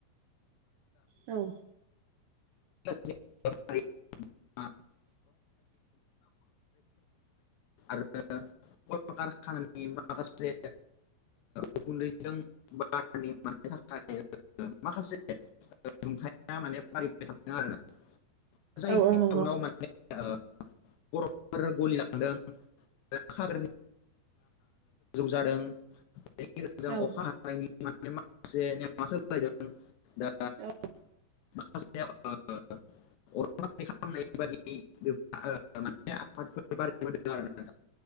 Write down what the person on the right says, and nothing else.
औ
औ औ नंगौ
औ
औ